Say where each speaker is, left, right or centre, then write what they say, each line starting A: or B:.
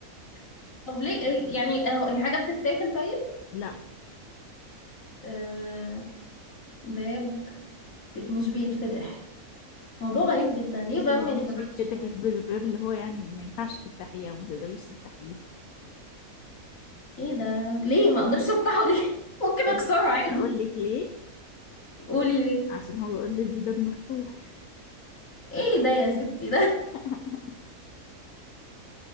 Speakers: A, on the left; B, on the left.
A: <laughs> طب ليه آه، يعني اهو هي حاجة بتتاكل طيب
B: لا
A: آه، باب مش بيتفتح موضوع غريب جدا ليه
B: مش
A: باب
B: اللي
A: ما يتفتحش
B: مش بيتفتح
A: يعني
B: الب- الباب اللي هو يعني ما ينفعش تفتحيه او ما تقدريش تفتحيه
A: ايه ده ليه ما اقدرش افتحه ليه <laughs> ممكن
B: اقول
A: اكسره
B: لك
A: عادي
B: اقول لك ليه
A: قولي ليه
B: عشان هو اوريدي باب مفتوح
A: ايه ده يا ستي ده
B: <laughs>